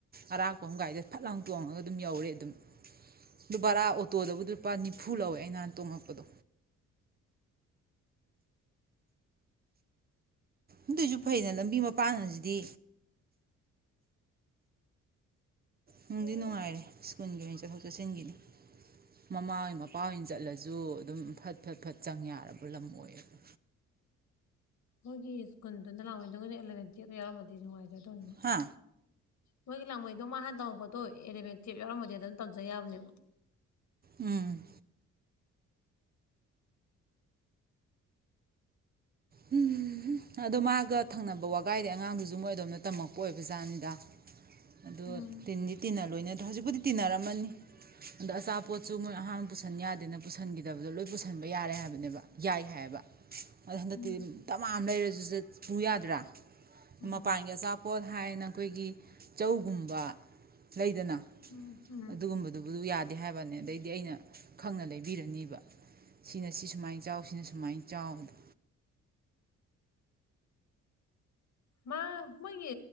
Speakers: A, on the right (about 30°); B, on the left (about 65°).
A: ꯑꯔꯥꯛꯄ ꯑꯃꯒꯥꯏꯗ ꯐꯠ ꯂꯪ ꯇꯣꯡꯉꯒ ꯑꯗꯨꯝ ꯌꯧꯔꯦ ꯑꯗꯨꯝ ꯑꯗꯣ ꯕꯔꯥ ꯑꯣꯇꯣꯗꯕꯨꯗꯤ ꯂꯨꯄꯥ ꯅꯤꯐꯨ ꯂꯧꯋꯦ ꯑꯩꯩꯅꯍꯥꯟ ꯇꯣꯉꯀꯞꯗꯨ ꯑꯗꯨꯏꯁꯨ
B: ꯎꯝ
A: ꯐꯩꯅ ꯂꯝꯕꯤ ꯃꯄꯥꯟꯁꯨ ꯗꯤ ꯅꯨꯡꯗꯤ
B: ꯌꯥꯏꯗ
A: ꯅꯨꯡꯉꯥꯏꯔꯦ ꯁ꯭ꯀꯨꯜꯒꯤ ꯑꯣꯏꯅ ꯆꯠꯊꯣꯛ ꯆꯠꯁꯤꯟꯒꯤꯅꯤ ꯃꯃꯥ ꯍꯣꯏ ꯃꯄꯥ ꯑꯣꯏꯅ ꯆꯠꯂꯁꯨ ꯑꯗꯨꯝ ꯐꯠ ꯐꯠ ꯐꯠ ꯆꯪ ꯌꯥꯔꯕ ꯂꯝ ꯑꯣꯏꯌꯦꯕ
B: ꯃꯣꯏꯒꯤ ꯁ꯭ꯀꯨꯜꯗꯨꯅ ꯂꯥꯛꯑꯣꯣꯏ ꯅꯪꯗ ꯑꯦꯂꯕꯦꯟ ꯇꯨꯌꯦ ꯌꯥꯎꯔꯃꯗꯤ ꯉꯥꯏꯖꯗꯦ ꯇꯃ
A: ꯍꯥ
B: ꯃꯣꯏꯒꯤ ꯂꯥꯡꯃꯩꯗꯣ ꯃꯥꯥꯟ ꯇꯝꯃꯛꯄꯗꯣ ꯑꯦꯂꯚꯦꯟ ꯇꯨꯌꯦꯞ ꯌꯥꯎꯔꯝꯃꯗꯤ ꯑꯗꯨꯝ ꯇꯝꯖ ꯌꯥꯕꯅꯦꯕ
A: ꯎꯝ ꯎ ꯑꯗꯣ ꯃꯥꯒ ꯊꯪꯅꯕ ꯋꯥꯒꯥꯏꯗꯤ ꯑꯉꯥꯡꯗꯨꯁꯨ ꯃꯣꯏ ꯑꯗꯣꯝꯅ ꯇꯝꯃꯛꯄ ꯑꯣꯏꯕ ꯖꯥꯠꯅꯤꯗ ꯑꯗꯣ
B: ꯎꯝ
A: ꯇꯤꯟꯗꯤ ꯇꯤꯟꯅ ꯂꯣꯏꯅꯗꯣ ꯍꯧꯖꯤꯛꯄꯨꯗꯤ ꯇꯤꯟꯅꯔꯝꯃꯅꯤ ꯑꯗꯣ ꯑꯆꯥꯄꯣꯠꯁꯨ ꯃꯣꯏ ꯑꯍꯥꯟꯕ ꯄꯨꯁꯟ ꯌꯥꯗꯦꯅ ꯄꯨꯁꯟꯈꯤꯗꯕꯗꯣ ꯂꯣꯏ ꯄꯨꯁꯟꯕ ꯌꯥꯔꯦ ꯍꯥꯏꯕꯅꯦꯕ ꯌꯥꯏ ꯍꯥꯏꯌꯦꯕ ꯑꯗ ꯍꯟꯗꯛ <unintelligible>
B: ꯎꯝ
A: ꯇꯝ ꯂꯩꯔꯁꯨ ꯆꯠꯄ ꯌꯥꯗ꯭ꯔꯥ
B: ꯎꯝ
A: ꯃꯄꯥꯟꯒꯤ ꯑꯆꯥꯄꯣꯠ ꯍꯥꯏꯅ ꯑꯩꯈꯣꯏꯒꯤ ꯆꯧꯒꯨꯝꯕ ꯂꯩꯗꯅ
B: ꯎꯝ ꯎꯝ
A: ꯑꯗꯨꯒꯨꯝꯕꯗꯨꯕꯨ ꯌꯥꯗꯦ ꯍꯥꯏꯕꯅꯤ ꯑꯗꯩꯗꯤ ꯑꯩꯅ ꯈꯪꯅ ꯂꯩꯕꯤꯔꯅꯤꯕ ꯁꯤꯅ ꯁꯤ ꯁꯨꯃꯥꯏꯅ ꯆꯥꯎ ꯁꯤꯅ ꯁꯨꯃꯥꯏꯅ ꯆꯥꯎꯕꯗꯣ
B: ꯃꯥ ꯃꯣꯏꯒꯤ